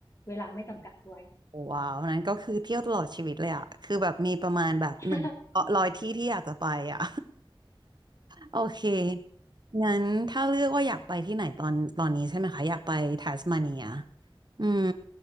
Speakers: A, on the left; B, on the right.
A: เวลาไม่จำกัดด้วย
B: โอ้ว้าวนั้นก็คือเที่ยวตลอดชีวิตเลยอะคือแบบมีประมาณแบบหนึ่ง
A: <laughs>
B: ร้อยที่ที่อยากจะไปอะ โอเคงั้นถ้าเลือกว่าอยากไปที่ไหนตอนตอนนี้ใช่ไหมคะอยากไปทัสมาเนียอืม